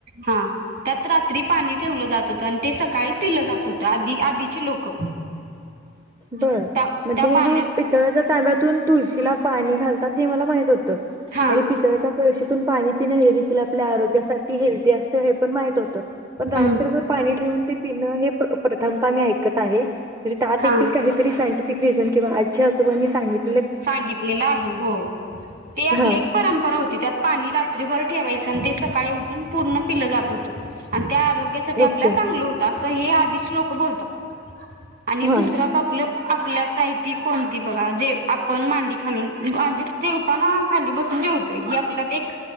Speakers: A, on the right; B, on the right.
A: हा त्यात रात्री पाणी ठेवलं जात होत आणि ते सकाळी पिलं जात होतं आधी आधीचे लोक.
B: बर
A: त्या
B: म्हणजे
A: त्या
B: हे
A: पाण्यात
B: मी पितळाच्या तांब्यातून तुळशीला पाणी घालतात हे मला माहित होत. त्त
A: हा हम्म
B: आणि पितळ्याच्या कळशीतून पाणी पिण हे देखील आपल्या आरोग्यासाठी हेल्दी असतं हे पण माहित होतं. पण रात्रभर
A: हम्म
B: पाणी ठेवून ते पिणं हे प्र प्रथमता मी ऐकत आहे म्हणज
A: हा
B: काहीतरी सायंटिफिक रिझन किंवा आजी आजोबांनी संगीत
A: सांगितलेलं आहे हो ते आपली
B: हा
A: एक परंपरा होती त्यात पाणी रात्री भर. ठेवायच आणि ते सकाळी उठून पूर्ण पिलं जात होतं आणि त्या आरोग्यासाठी आपला
B: ओके
A: चांगलं होत आस त हे आधीच लोक बोलतात आणि दुसऱ्यात
B: हा
A: आपल आपल्या पाहिती कोणती बघा जे आप पण मांडी खालून म्हजे जेवताना खाली बसून जेवतेय हे आपल्यात एक